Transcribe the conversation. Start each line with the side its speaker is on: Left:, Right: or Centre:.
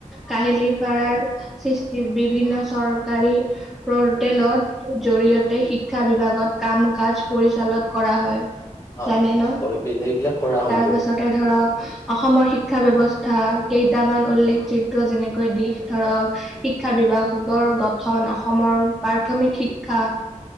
Centre: কাহিলী পাৰাৰ সৃষ্টিত বিভিন্ন চৰকাৰী পৰ্টেলৰ জৰিয়তে শিক্ষা বিভাগত কাম কাজ পৰিচালন কৰা হয়।
Left: হয়
Centre: জানে ন
Left: পৰিবিল এইবিলাক কৰা হয়তো
Centre: তাৰপাছতে ধৰক অসমৰ শিক্ষা ব্যৱস্থা কেইটামান উল্লেখযোগ্য যেনেকৈ দিশ ধৰক শিক্ষা বিভাগৰ গঠন অসমৰ প্ৰাথমিক শিক্ষা।